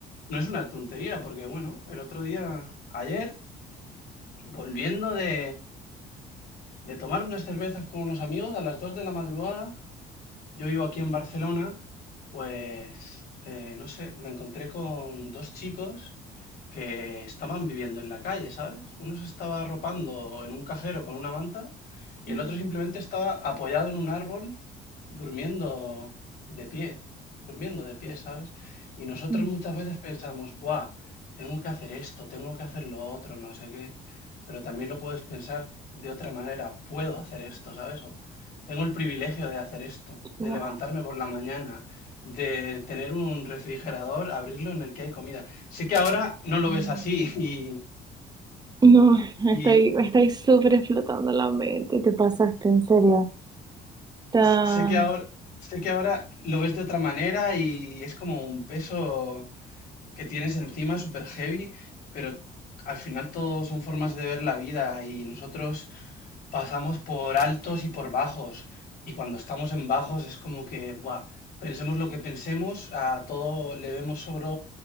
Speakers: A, on the left; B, on the right.
A: no es una tontería, porque bueno, el otro día, ayer, volviendo de, de tomar unas cervezas con unos amigos a las 2 de la madrugada, Yo vivo aquí en Barcelona, pues eh, no sé, me encontré con dos chicos que estaban viviendo en la calle, ¿sabes? Uno se estaba arropando en un cajero con una manta y
B: mm,
A: el otro simplemente estaba apoyado en un árbol durmiendo de pie, durmiendo de pie, ¿sabes? Y nosotros
B: mm,
A: muchas veces pensamos, buah, tengo que hacer esto, tengo que hacer lo otro, no sé qué, pero también lo puedes pensar de otra manera, puedo hacer esto, ¿sabes? Tengo el privilegio de hacer esto, de
B: wow.
A: levantarme por la mañana, de tener un refrigerador, abrirlo en el que hay comida. Sé que ahora no lo
B: Mm.
A: ves así <laughs> y,
B: No,
A: y
B: estoy, estoy súper explotando la mente. Te pasaste, en serio. Está...
A: sé que ahora, sé que ahora lo ves de otra manera y es como un peso que tienes encima super heavy, pero al final todo son formas de ver la vida y nosotros pasamos por altos y por bajos. Y cuando estamos en bajos es como que, buah, pensemos lo que pensemos, a todo le vemos sobre